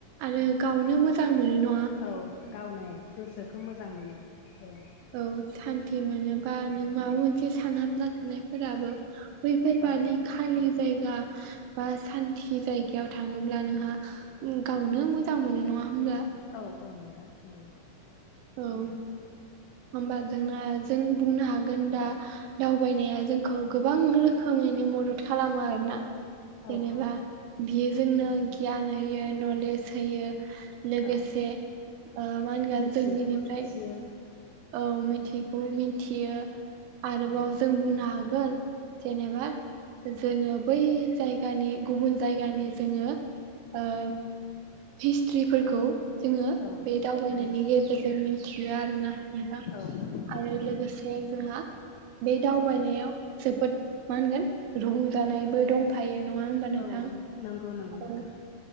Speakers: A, on the right; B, on the left.
A: आरो गावनो मोजां मोनो न
B: औ गावनो गोसोखौ मोजां मोनो औ
A: औ सान्थि मोनोबा नों माबा मोनसे सानहाबना थानायफोराबो बैफोरबादि
B: औ
A: खालि जायगा बा सान्ति जायगायाव थांङोब्ला नोंहा गावनो मोजां मोनो नङा होमब्ला
B: औ औ नोंथां ओम बिदिनो
A: औ होमबा जोंना जों बुंनो हागोन दा दावबायनाया जोंखौ गोबां रोखोमैनो मदद खालामो आरोना
B: औ
A: जेनेबा
B: औ
A: बियो जोंनो गियान होयो नलेज होयो लोगोसे
B: औ
A: मा होनगोन
B: मिथियैखौबो
A: जों बिनिफ्राय
B: मिथियो
A: औ मिथिगौ मिथियो आरोबाव
B: उम
A: जों बुंनो हागोन जेनेबा जोंङो बै जायगानि गुबुन जायगानि जोङो ओ हिस्ट्रिफोरखौ जोङो
B: औ
A: बे दावबायनायनि
B: उम
A: गेजेरजों मिथियो आरोना बा
B: औ नंगौ नंगौ
A: आरो लोगोसे जोंहा बे दावबायनायाव जोबोद मा होनगोन रंजानायबो दं फायो नङा होमबा नोंथां
B: औ नंगौ नंगौ
A: औ
B: नोंथां